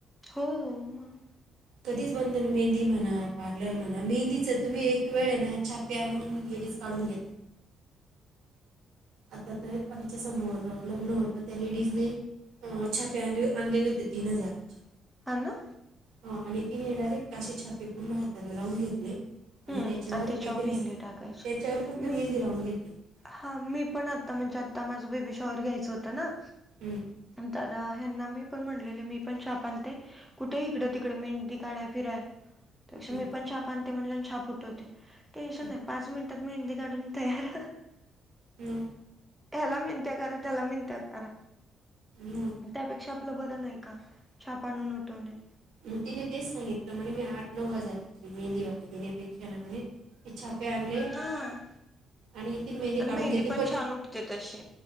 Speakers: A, in the centre; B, on the right (about 80°).
A: हो मंग
B: कधीचं बंद नं मेहंदी म्हणां पार्लर म्हणां मेंदीच तुम्हीं एक वेळं नां छाप पे आंणून लेडीज काढूंन घेतां आंता तरं आमच्यां समोर लग्नं होतं त्याऊ लेडीजने अं छापे आंण आंणलेले होते तीनं हजारांचे
A: हं नां
B: हो आणि तिने डायरेक्ट अशी छापे पूर्ण हातांला लावूंन घेतले आणि
A: हं
B: त्यांच्यावर
A: त्याच्यावर
B: काहीऊतरी
A: मेहंदी टाकायची.
B: त्याच्यावरू फक्तं
A: मी
B: मेहंदी लावूंन घेतलीं
A: हां मी पणं आंता म्हणजे आंता माझं बेबी शॉहर घ्यायचं होतं नां
B: हम्मं
A: पणं हेना मी पणं म्हणलेले मी पणं छाप आणते कुंठे इकडं तिकडें मेहंदी काढांय फिरांय
B: हम्म,
A: मी पणं छाप आणते म्हणलं छाप उठवते टेंशन
B: हम्म.
A: नाहीं पांच मिनिटं मेहंदी काढूंन तयार
B: हम्मं
A: ह्यांला मिनत्यां करां त्यांला मिनत्यां करां
B: मं
A: त्यांपेक्षा आपलं बरं नाहीं कां छापा आणूंन उमटवणे
B: मंग तिने तेचं सांगितलं म्हणे मी आठ नऊ हजाराची मेहंदीवाली देण्यांपेक्षा नां म्हणे छापे आणले
A: हां
B: आणि तीनं मेहंदी
A: आणि
B: काढूंन घेते
A: पण
B: पणं
A: छान उठते तशी.